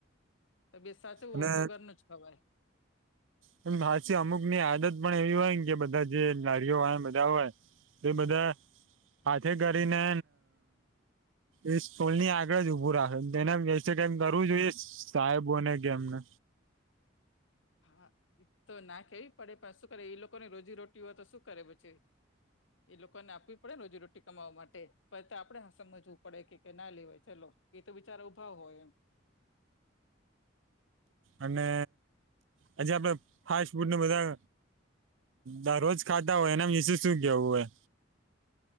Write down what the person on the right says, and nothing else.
અને
હા માસી અમુક ની આદત પણ એવી હોય ને કે બધા જે લારીઓ હોય બધા હોય એ બધા પાથે કરીને એ સોલ ની આગળ જ ઉભું રાખે તેને કસે કમ કરવું જોઈએ સાહેબ બોને કે એમને
અને આજે આપડે ફાસ્ટ ફૂડને બધા દર રરોજ ખાતા હોય એના વિશે શું કેવું હોય